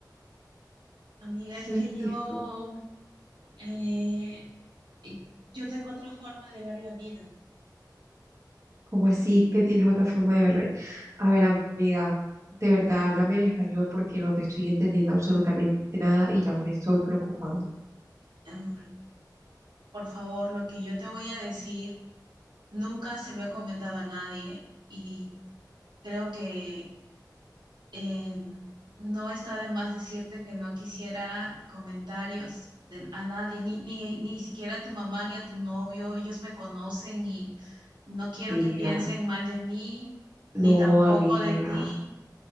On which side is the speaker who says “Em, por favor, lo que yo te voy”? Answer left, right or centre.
Right